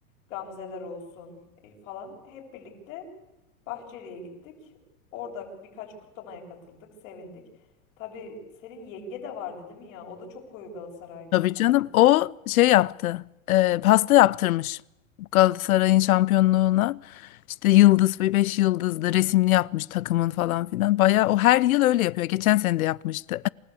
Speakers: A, on the left; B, on the left.
A: gamzeler olsun e, falan hep birlikte Bahçeli'ye gittik. Orada birkaç kutlamaya katıldık, sevindik. Tabii senin yenge de vardı değil mi ya? O da çok koyu Galatasaraylıydı
B: Tabii
A: sanki.
B: canım. O şey yaptı. E, pasta yaptırmış. Galatasaray'ın şampiyonluğuna. İşte yıldız ve beş yıldızlı resimli yapmış takımın falan filan. Bayağı o her yıl öyle yapıyor. Geçen sene de yapmıştı.